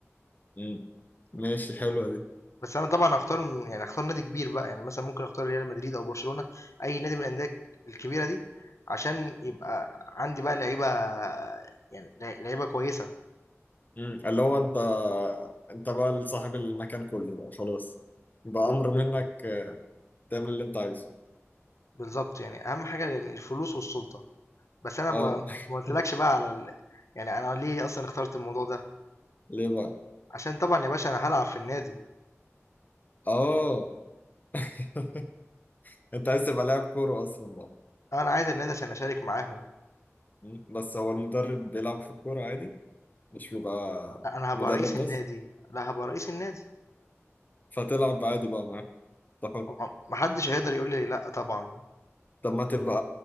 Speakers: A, on the left; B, on the left.
A: مم. ماشي حلوة دي
B: بس أنا طبعًا هاختار م يعني هاختار نادي كبير بقى، يعني مثلًا ممكن أختار ريال مدريد أو برشلونة، أي نادي من الأندية الكبيرة دي، عشان يبقى عندي بقى لعيبة يعني ل لعيبة كويسة،
A: مم. اللي هو انت انت بقى صاحب المكان كله بقى خلاص بأمر
B: ب
A: منك
B: ب
A: تعمل اللي انت عايزه
B: بالضبط، يعني أهم حاجة ال الفلوس والسُلطة، بس أنا
A: اه
B: ما ما قُلتلكش
A: <laughs>
B: بقى على ال يعني أنا ليه أصلًا اخترت الموضوع ده،
A: ليه بقى
B: عشان طبعًا يا باشا أنا هالعب في النادي،
A: اه <laughs> انت عايز تبقى لاعب كورة اصلا بقى
B: أنا عايز النادي عشان أشارك معاهم،
A: مم. بس هو المدرب بيلعب في الكورة عادي مش بيبقى
B: لأ أنا هابقى
A: مدرب
B: رئيس النادي،
A: بس
B: لأ هابقى رئيس النادي،
A: فتلعب عادي بقى معاه ده حر
B: ما ما حدش هيقدر يقول لي لأ طبعًا،
A: طب ما تبقى